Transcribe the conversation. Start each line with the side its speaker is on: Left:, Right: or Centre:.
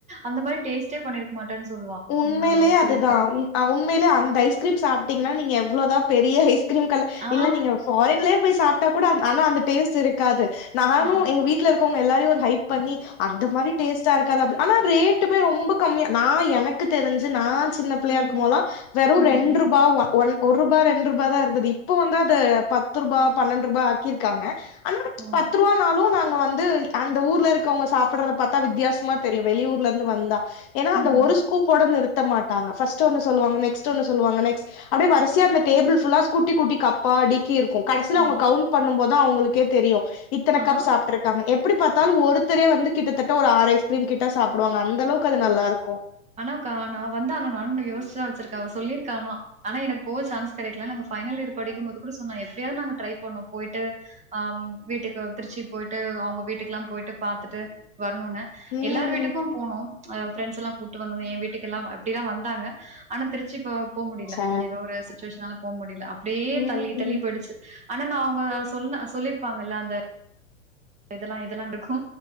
Right: அந்த மாரி டேஸ்ட்டே பண்ணிருக் மாட்டேன் சொல்லுவோ
Left: உண்மையிலயே
Right: ஆ
Left: அதுதான்
Right: சொல்லியிர்க்கே
Left: உண் அ உண்மையிலே அந்த ஐஸ்கிரீம் சாப்ட்டீங்கனா நீங்க எவ்ளோதா பெரிய ஐஸ்கிரீம் கட்ல
Right: ஆ
Left: இல்ல நீங்க ஃபாரின்லேயே போய் சாப்டா கூட அது ஆனா அந்த டேஸ்ட்டுஇருக்காது நானு
Right: ஆ
Left: எங்க வீட்ல இருக் கவ்ங்க எல்லாரியு ஒரு ஹைப் பண்ணி அந்த மாரி டேஸ்ட்டா இருக்காதா அப் ஆனா ரேட்டுமே ரொம்போ கம்மியா நா எனக் கு தெருஞ்சு நா சின்ன பிள்ளையா
Right: ம்ஹ்ம்.
Left: இருக்குமோல்லா வெரு
Right: ம்ஹ்ம்.
Left: ரெண்ரூபா ஒ ஒன் ஒரூபா ரெண்ரூபா தா இருந்துது இப்போ வந்து அத பத்ரூபா பன்னெண்ரூபா ஆக்கிர்க்காங்க ஆனா
Right: ஓ!
Left: பத்துரூவானாளு நாங்க வந்து அந்த ஊர்ல இருக்கவுங்க சாப்புட்றத பாத்தா வித்தியாஸ்மா தெரியு வெளியூர்லந்து வந்தா ஏனா அந்த
Right: ம்ஹ்ஹ்ம்.
Left: ஒரு கூப் போட நிருத்த மாட்டாங்க ஃபஸ்ட்டு ஒன்னு சொல்லுவாங்க நெக்ஸ்ட்டு ஒன்னு சொல்லுவாங்க நெக்ஸ் அப்டியே வரிஸ்யா அந்த டேபுள் ஃபுல்லா ஸ்கூட்டி குட்டி கப்பா அடி கி இருக்கு கடைசில அவங்க
Right: ஆஹா,
Left: அவுங்க கவுண்ட் பண்ணும் போத்தா அவுங்ளுக்கே தெரியு இத்தன
Right: ஆஹா.
Left: கப் சா ப்ருக்காங்க எப்டி பாத்தாலு ஒருத்தரே வந்து கிட்டத்தட்ட ஒரு ஆறு ஐஸ் கிரீம் கிட்ட சாப்புடுவாங்க அந் த அளவுக்கு அது நல்லா இருக்கு
Right: ஆனா க்கா நா வந்தா ஆனா நானு யோஸ்ச்தா வெச்சிருக்கே அவ சொல்லிருக்கா ஆனா ஆனா எனக் ப சான்ஸ் கெடைக்கல நாங்க ஃபைனல் இயர் படிக்கும்போது கூட சொன்னா எப்டியாவது நா ட்ரை பண்ணு போயிட்டு அம் வீட்டுக்கு திருச்சி போய்ட்டு அவங்க வீட்டுக்குல்லா போயிட்டு பாத்துட்டு வரணுன்னு
Left: ம்
Right: எல்லார் வீட்டுக்கு போனோம் அ ஃப்ரெண்ட்ஸ்ல்லா கூப்ட்டு வந்து எ வீட்டுக்கல்லா அப்டிலா வந்தாங்க ஆனா திருச்சி போ போ முடில
Left: சே
Right: ஏதோ ஒரு சுச்சுவேஷனால போ முடில அப்டியே
Left: ம்
Right: தள்ளி தள்ளி போயிடுச்சு ஆனா நா அவங்க சொன்ன சொல்லிர்ப்பாங்கல்ல அந்த இதெல்லா இதெல்லா இருக்கு